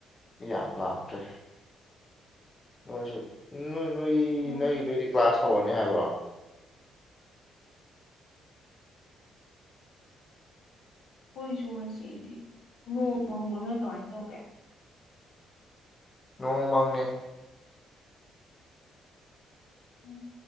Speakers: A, on the left; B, on the left.
A: ꯃꯤ ꯌꯥꯝ ꯂꯥꯛꯇ꯭ꯔꯦ ꯅꯣꯏꯁꯨ ꯅꯣꯏ ꯅꯣꯏ
B: ꯑꯣ
A: ꯅꯣꯏꯒꯤꯗꯨꯗꯤ ꯀ꯭ꯂꯥꯁ ꯍꯧꯔꯅꯤ ꯍꯥꯏꯕ
B: ꯑꯩꯈꯣꯏꯁꯨ ꯉꯁꯤꯗꯤ ꯅꯣꯡ ꯃꯪꯕ꯭ꯔꯣ ꯅꯣꯏ ꯀꯃꯥꯏ ꯇꯧꯒꯦ
A: ꯅꯣꯡ ꯃꯪꯉꯦ
B: ꯎꯝ